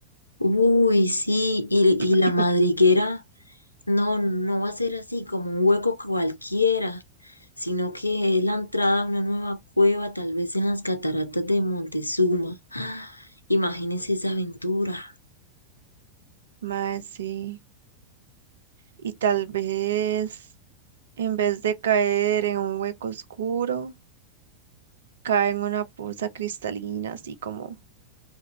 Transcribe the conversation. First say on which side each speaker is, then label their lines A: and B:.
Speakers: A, on the left; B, on the right.
A: Uy, sí, y, y
B: <clears throat>
A: la madriguera No, no va a ser así como un hueco cualquiera, sino que es la entrada a una nueva cueva, tal vez en las cataratas de Montezuma. <gasps> ¡Ah! Imagínense esa aventura.
B: Mae, sí. Y tal vez, en vez de caer en un hueco oscuro, cae en una poza cristalina, así como